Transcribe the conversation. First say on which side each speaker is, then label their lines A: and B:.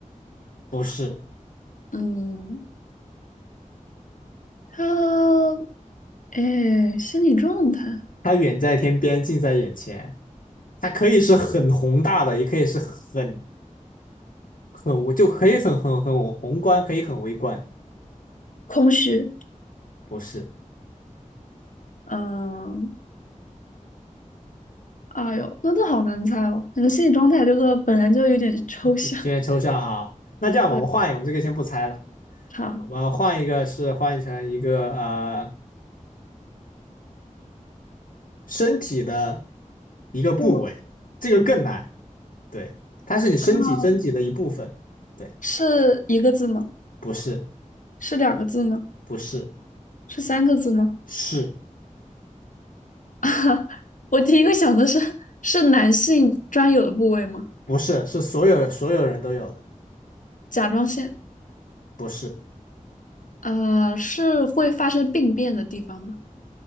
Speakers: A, on the left; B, on the left.
A: 不是，
B: 嗯，它，哎，心理状态，
A: 它远在天边，近在眼前，它可以是很宏大的，也可以是很很，我就可以很很很我宏观，可以很微观，
B: 空虚，
A: 不是。
B: 嗯。哎呦，那这好难猜哦，感觉心理状态这个本来就有点抽象。
A: 有点抽象啊。
B: <laughs>
A: 那这样吧，
B: 对，
A: 我们换一个，我们这个先不猜了，
B: 好，
A: 我们换一个是换成一个呃身体的一个部位，
B: 不，
A: 这个更难。对，它是你身体身体的一部分。
B: 啊，
A: 对，
B: 是一个字吗？
A: 不是，
B: 是两个字吗？
A: 不是，
B: 是三个字吗？
A: 是，
B: <laughs> 我第一个想的是，是男性专有的部位吗？
A: 不是，是所有所有人都有的，
B: 甲状腺，
A: 不是。
B: 啊，是会发生病变的地方吗？